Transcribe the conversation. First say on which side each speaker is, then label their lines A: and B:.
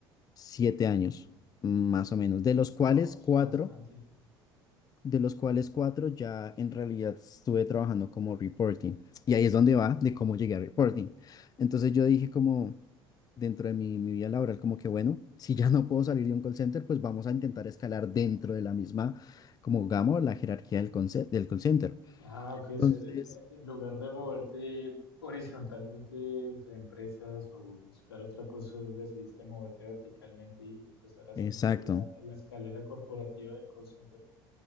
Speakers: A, on the left; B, on the left.
A: siete años, más o menos, de los cuales
B: Wow, es
A: cuatro,
B: bastante.
A: de los cuales cuatro ya en realidad estuve trabajando como reporting. Y ahí es donde va de cómo llegué a reporting. Entonces yo dije como dentro de mi, mi vida laboral, como que bueno, si ya no puedo salir de un call center, pues vamos a intentar escalar dentro de la misma, como gama, la jerarquía del, conce- del call center.
B: Ah, ok. es-
A: Entonces,
B: eh, eh, En lugar de moverte horizontalmente entre empresas o buscar otra cosa, decidiste moverte verticalmente y empezar a ascender
A: exacto.
B: en la, en la escalera corporativa del call center.